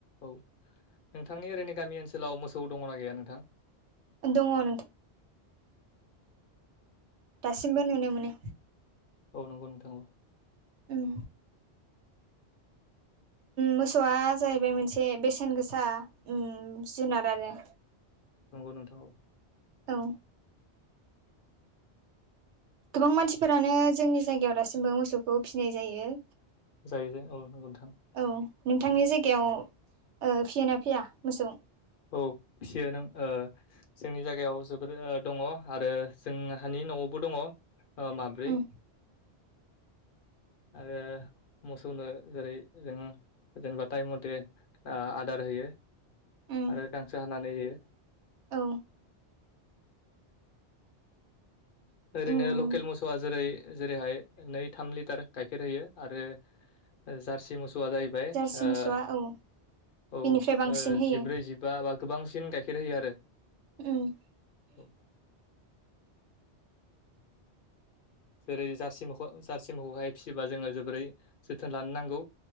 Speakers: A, on the left (about 55°); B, on the right (about 85°).
A: औ नोंथांनि ओरैनो गामि ओनसोलाव मोसौ दङना गैया नोंथां?
B: दङ' नोंथां दासिमबो नुनो मोनो
A: औ नंगौ नोंथां औ
B: उम मोसौआ जाहैबाय मोनसे बेसेन गोसा उम जुनार आरो
A: नंगौ नोंथां औ
B: औ गोबां मानसिफोरानो जोंनि जायगायाव दासिमबो मोसौखौ फिसिनाय जायो
A: जायोजे औ नंगौ नोंथां
B: औ नोंथांनि जायगायाव ओ फियोना फैया मोसौ
A: औ फिसियो नों ओ जोंनि जायगायाव जोबोर ओ दङ आरो जोंहानि न'आवबो दङ' ओ माब्रै
B: उम
A: आरो मोसौनो जेरै जों। जेनेबा टाइम मथे ओ आदार होयो।
B: उम
A: आरो गांसो हानानै होयो।
B: औ।
A: ओरैनो
B: उम
A: लकेल मोसौआ जेरै जेरैहाय। नै थाम लिटार गाइखेर होयो आरो जारसि मोसौआ जाय फ्राय
B: जारसि मोसौआ
A: ओ
B: औ
A: औ ओ
B: बिनिफ्राय बांसिन होयो
A: जिब्रै जिबा बा गोबांसिन गाइखेर होयो आरो।
B: उम।
A: औ जेरै जारसि मख जारसि मखौहाय फिसिबा जोङो जोबोरै जोथोन लानो नांगौ